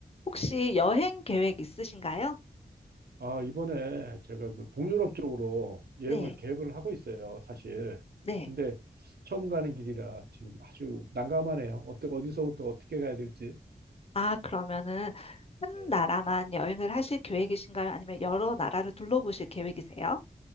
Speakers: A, on the left; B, on the right.
A: 혹시 여행 계획 있으신가요?
B: 아, 이번에 제가 그 동유럽 쪽으로 여행을
A: 네,
B: 계획을 하고 있어요, 사실.
A: 네.
B: 근데 처음 가는 길이라 지금 아주 난감하네요. 어떻 어디서부터 어떻게 가야 될지.
A: 아, 그러면은 한
B: 네.
A: 나라만 여행을 하실 계획이신가요? 아니면 여러 나라를 둘러보실 계획이세요?